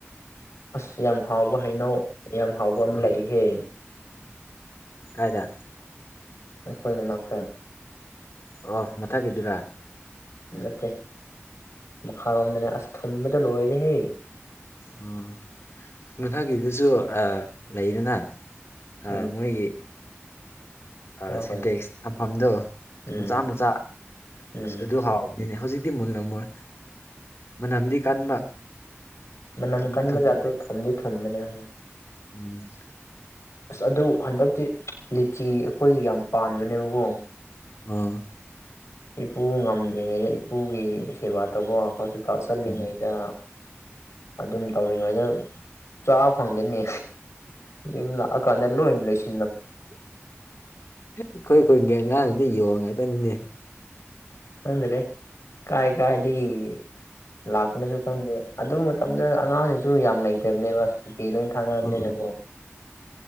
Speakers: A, on the left; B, on the left.
A: ꯑꯁ ꯌꯥꯝ ꯎꯕ ꯍꯩꯅꯧ ꯌꯥꯝ ꯍꯥꯎꯕ ꯑꯃ
B: ꯑꯥ
A: ꯂꯩꯍꯦ
B: ꯀꯥꯏꯗ
A: ꯑꯈꯣꯏ ꯃꯅꯥꯛꯇ
B: ꯑꯣ ꯃꯊꯛꯀꯤꯗꯨꯔ
A: ꯅꯠꯇꯦ ꯃꯈꯥꯔꯣꯝꯗꯅꯦ ꯑꯁ ꯊꯨꯝꯕꯗ ꯂꯣꯏꯔꯦꯍꯦ
B: ꯎꯝ ꯃꯊꯛꯀꯤꯗꯨꯁꯨ ꯑꯥ ꯂꯩꯗꯅ ꯑꯥꯃꯣꯏꯒꯤ
A: ꯎꯝ
B: ꯑꯥ
A: ꯑꯍꯣꯏ
B: ꯁꯦꯟꯇꯦꯛꯁ ꯊꯝꯐꯝꯗꯣ
A: ꯎꯝ
B: ꯃꯆꯥ ꯃꯆꯥ
A: ꯎꯝ
B: ꯑꯁ ꯑꯗꯨ ꯍꯥꯎ ꯅꯦ ꯍꯧꯖꯤꯛꯇꯤ ꯃꯨꯂꯝꯃꯣꯏ ꯃꯅꯝꯗꯤ ꯀꯟꯕ
A: ꯃꯅꯝ
B: ꯊꯨꯝꯗꯤ
A: ꯀꯥꯟꯕꯖꯥꯠꯗꯣ
B: ꯊꯨꯝꯕꯅꯦ
A: ꯊꯨꯝꯗꯤ ꯊꯨꯝꯕꯅꯦꯍꯦ
B: ꯎꯝ
A: ꯑꯁ ꯑꯗꯨ ꯍꯟꯗꯛꯇꯤ ꯂꯤꯆꯤ ꯑꯈꯣꯏꯒꯤ ꯌꯥꯝ ꯄꯥꯟꯕꯅꯦꯕꯀꯣ
B: ꯎꯝ
A: ꯏꯄꯨ ꯉꯝꯗ꯭ꯔꯤꯉꯩ ꯏꯄꯨꯒꯤ ꯁꯦꯕꯥ ꯇꯧꯕ ꯍꯣꯁꯄꯤꯇꯥꯜ ꯆꯠꯂꯤꯉꯩꯗ
B: ꯎꯝ
A: ꯑꯗꯨꯝ ꯇꯧꯔꯤꯉꯩꯗ ꯆꯥꯕ ꯐꯪꯗꯦꯅꯦ ꯌꯨꯝ ꯂꯥꯛꯑꯀꯥꯟꯗ ꯂꯣꯏ ꯂꯣꯏꯁꯤ
B: ꯑꯈꯣꯏ ꯈꯨꯨꯟꯒꯤ ꯑꯉꯥꯡꯗꯨꯗꯤ ꯌꯣꯡ ꯉꯥꯛꯇꯅꯤꯅꯦ
A: ꯈꯪꯗ꯭ꯔꯦ ꯀꯥꯏ ꯀꯥꯏꯗꯒꯤ ꯂꯥꯛꯄꯅꯁꯨ ꯈꯪꯗꯦ ꯑꯗꯨ ꯃꯇꯝꯗ ꯑꯉꯥꯡꯁꯤꯡꯁꯨ ꯌꯥꯝ ꯂꯩꯇꯕꯅꯦꯕ ꯁꯨꯇꯤ ꯂꯣꯏ ꯊꯥꯅꯕꯅꯤꯅꯀꯣ
B: ꯎꯝ